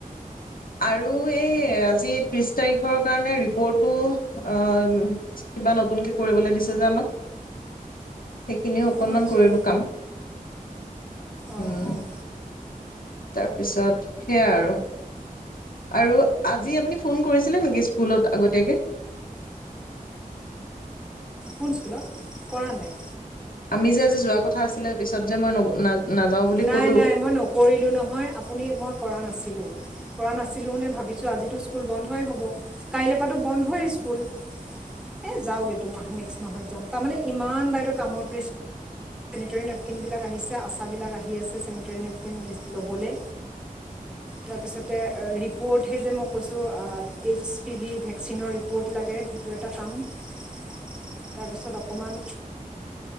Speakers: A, on the left; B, in the centre.
A: আৰু এই আজি ত্ৰিশ তাৰিখৰ কাৰণে ৰিপৰ্টটো অহ উম কিবা নতুনকে কৰিবলৈ দিছে যে আমাক সেইখিনিও অকনমান
B: অঁ আচ্ছা
A: কৰিলো কাম
B: অঁ
A: উম
B: অঁ
A: তাৰপিছত সেয়াাই আৰু আৰু আজি আপুনি ফোন কৰিছিলে নেকি স্কুলত আগতীয়াকৈ <inaudible>
B: কোন স্কুলত কৰা নাই
A: আমি যে আজি যোৱা কথা আছিলে পিছত যে নগলো ম নাযাওঁ বুলি
B: নাই
A: ক'লো
B: নাই মই নকৰিলো নহয় আপুনি মই কৰা নাছিল কৰা নাছিলো ভাবিছো আজি স্কুল বন্ধই হ'ব কাইলৈ পৰাটো বন্ধই স্কুল
A: <inaudible>
B: এ যাওক এইটো মাহ নেক্স মাহত যাম তাৰমানে ইমান বাইদেউ কামৰ প্ৰেচাৰ চেনিটেৰী নেপকিনবিলাক আহিছে আচাবিলাক আহি আছে চেনিটেৰী নেপকিন ল'বলৈ তাৰপিছতে ৰিপ'ৰ্ট সেই যে মোক কৈছোঁ এইচ পি ভি ভেকচিনৰ ৰিপ'ৰ্ট লাগে সেইটো এটা কাম তাৰপিছত অকণমান